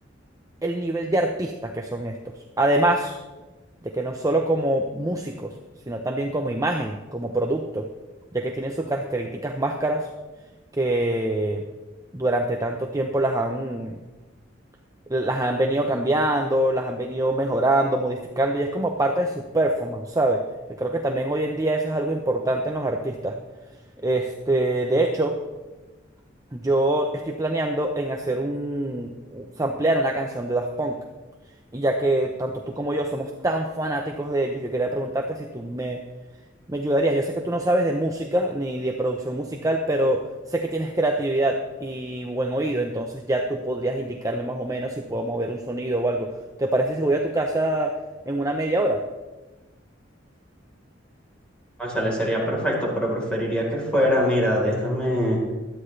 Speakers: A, on the right; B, in the centre.
A: el nivel de artistas que son estos. Además de que no solo como músicos, sino también como imagen, como producto, ya que tienen sus características máscaras que durante tanto tiempo las han, las han venido cambiando, las han venido mejorando, modificando, y es como parte de su performance, ¿sabes? Que creo que también hoy en día eso es algo importante en los artistas. Este, de hecho, yo estoy planeando en hacer un, un- samplear una canción de Daft Punk. Y ya que tanto tú como yo somos tan fanáticos de ellos, yo quería preguntarte si tú me, me ayudarías. Yo sé que tú no sabes de música ni de producción musical, pero sé que tienes creatividad y buen oído, entonces ya tú podrías indicarme más o menos si puedo mover un sonido o algo. ¿Te parece si voy a tu casa en una media hora?
B: le sería perfecto, pero preferiría que fuera, mira, déjame,